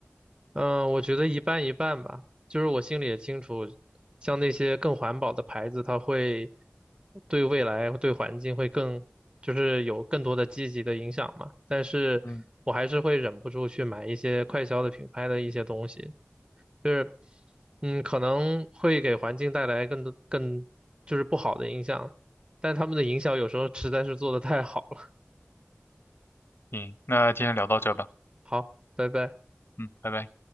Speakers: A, on the right; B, on the left.
A: 嗯，我觉得一半一半吧，就是我心里也清楚，像那些更环保的牌子，它会对未来、对环境会更，就是有更多的积极的影响嘛。但是我还是会忍不住去买一些快消的品牌的一些东西，
B: 嗯，
A: 就是嗯，可能会给环境带来更多更就是不好的影响，但他们的营销有时候实在是做的太好了。
B: 行，那今天聊到这吧。
A: 好，拜拜。
B: 嗯，拜拜。